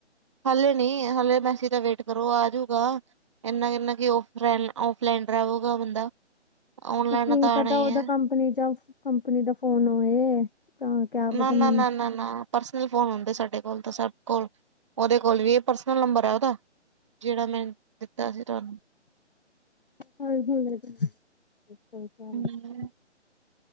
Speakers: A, on the right (about 25°); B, on the left (about 50°).
A: ਹਲੇੇ ਨੀ ਹਲੇੇ ਮੈਸੇਜ ਦਾ ਵੇਟ ਕਰੋ ਆਜੂਗਾ ਇੰਨਾ ਕਿੰਨਾ ਕਿ ਆਫ ਆਫਲਾਈਨ ਉਦਾਂ ਬੰਦਾ। ਔਨਲਾਈਨ
B: ਉਹ ਕੀ
A: ਤਾਂ
B: ਪਤਾ
A: ਆਣਾ ਹੀ
B: ਉਹਦਾ
A: ਹੈ।
B: ਕੰਪਨੀ ਜਾਂ ਕੰਪਨੀ ਦਾ ਫੋਨ ਹੋਏ। ਤਾਂ ਕਿਆ ਪਤਾ
A: ਨਾ ਨਾ
B: ਮੈਨੂੰ
A: ਨਾ ਨਾ। ਪਰਸਨਲ ਫੋਨ ਹੁੰਦੇ ਸਾਡੇ ਕੋਲ ਤਾਂ ਸਬ ਕੋਲ ਓਹਦੇ ਕੋਲ ਵੀ ਇਹ ਪਰਸਨਲ ਨੰਬਰ ਹੈ ਉਹਦਾ। ਜਿਹੜਾ ਮੈਂ ਦਿੱਤਾ ਸੀ ਤੁਹਾਨੂੰ।
B: ਹਾਂਜੀ-ਹਾਂਜੀ <unintelligible>
A: ਹੂੰ,